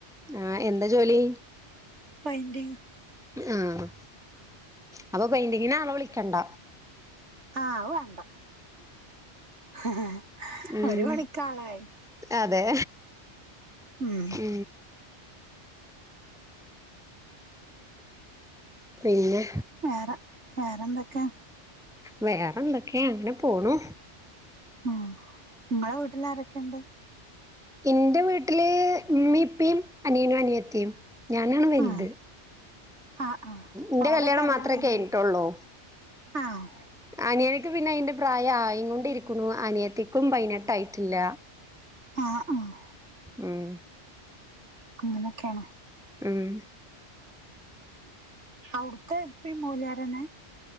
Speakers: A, in the centre; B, on the right.
A: ആഹ എന്താ ജോലി
B: പൈന്റിംഗ്
A: ആഹ് അപ്പൊ പെയിന്റിങ്ങിന ആള വിളിക്കണ്ട
B: ആ വേണ്ട ഹിഹ് ഹ്
A: ഉം
B: ഒരു മ പ ണിക്കാളായി
A: അതെ
B: ഉം
A: ഹ് പിന്നെ
B: വേറെ വേറെന്തൊക്കെയാ
A: വേറെ എന്തൊക്കെയ അങ്ങനെ പോണു
B: ഉ ഇങ്ങളെ വീട്ടിൽ ആരൊക്കെയുണ്ട്
A: എന്റെ വീട്ടില് ഉമ്മി ഇപ്പയും അനിയനും അനിയത്തയും ഞാനാണ് വലത്
B: ആഹ് ആഹ് ആഹ്
A: എന്റെ
B: ഓരെ
A: കല്യാണം മാത്രമേ
B: കഴിഞ്ഞോ
A: ക കഴഞ്ഞിട്ടുള്ളൂ
B: ആഹ്
A: അനിയനക്ക് പിന്നെ അയിന്റെ പ്രായം ആയ കൊണ്ട ഇരിക്കുന്നു അനിയത്തിക്കും പതിനെട്ടായിട്ടില്ല
B: ആഹ് ആഹ്
A: ഉം
B: അങ്ങനെയൊക്കെയാണ്
A: ഉം
B: അവിടുത്തെ എപ്പ മോല്യാരന്നെ